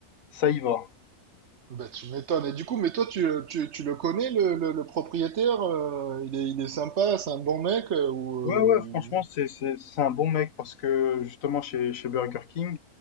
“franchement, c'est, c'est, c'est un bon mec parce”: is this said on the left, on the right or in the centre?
Left